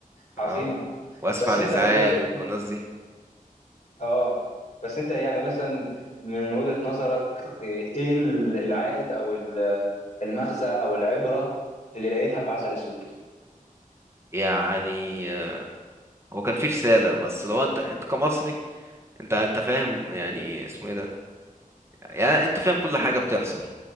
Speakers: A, on the left; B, on the right.
A: عظيمه
B: اه واسف
A: بس
B: على الازعاج
A: انت ايه رايك
B: والناس دي
A: اه بس انت يعني مثلا من وجهة نظرك ايه إيه ال- العائد او ال- المغزى او العبرة اللي لقيتها في عسل اسود
B: يعني آه، هو كان فيه رسالة بس لو انت انت كمصري انت انت فاهم يعني اسمه ايه ده يعني انت فاهم كل حاجة بتحصل